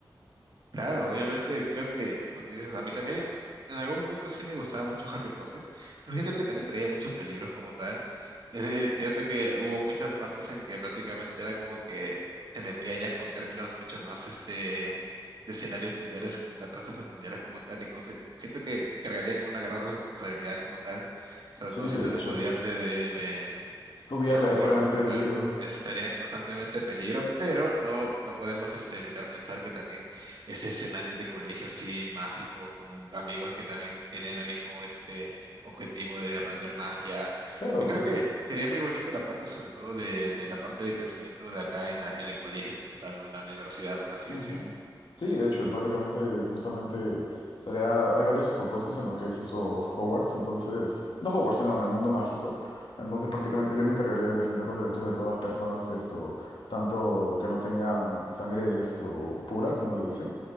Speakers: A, on the right (about 55°); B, on the left (about 70°).
A: claro, obviamente creo que, como tú dices, a mí también en algún punto sí me gustaba mucho Harry Potter, pero siento que también traía muchos peligros como tal. <laughs> Eh, siento que hubo muchas partes en que prácticamente era como que se metía ya con términos mucho más este de escenarios mundiales, con catástrofes mundiales como tal, y como se- siento que cargaría con una gran responsabilidad como tal, sobre
B: Sí,
A: todo
B: de
A: siendo un
B: hecho.
A: estudiante de,
B: Tu vida
A: de Hogwarts
B: también estaría
A: como
B: en peligro.
A: tal estaría en constantemente peligro, pero no, no podemos este, evitar pensar que también ese escenario de colegio así mágico, con amigos que también tienen el mismo este, objetivo de aprender magia,
B: Claro.
A: yo creo que sería muy bonito la parte sobre todo de, de la parte de crecimiento de acá en la, en el colegio como tal, ¿no? En la universidad, por así
B: Ujú.
A: decirlo.
B: Sí, de hecho, prácticamente, justamente, estaría, hay varios opuestos en lo que es eso Hogwarts, entonces, no Hogwarts, sino en el mundo mágico. Entonces, prácticamente yo me encargaría de defender los derechos de todas las personas, esto, tanto que no tengan sangre esto pura, como le dicen